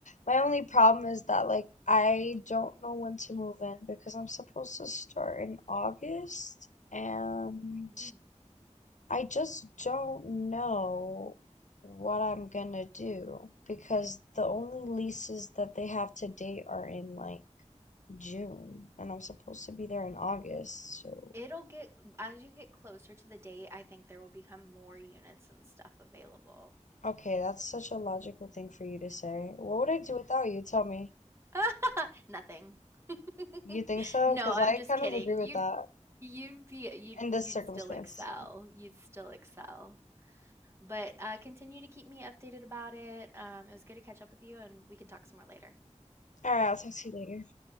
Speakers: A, on the left; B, on the right.
A: my only problem is that like I don't know when to move in because I'm supposed to start in August and
B: Mhm.
A: I just don't know what I'm gonna do because the only leases that they have to date are in like June and I'm supposed to be there in August. So,
B: it'll get as you get closer to the date, I think there will become more units and stuff available.
A: okay, that's such a logical thing for you to say. What would I do without you? Tell me.
B: <laughs> Nothing. <laughs>
A: You think so?
B: No,
A: Because
B: I'm
A: I
B: just
A: kind
B: kidding.
A: of agree with
B: You
A: that
B: You'd be you'd
A: in this
B: you'd
A: circumstance.
B: still excel, you'd still excel. But, uh, continue to keep me updated about it, um, it was good to catch up with you, and we can talk some more later.
A: All right, I'll talk to you later.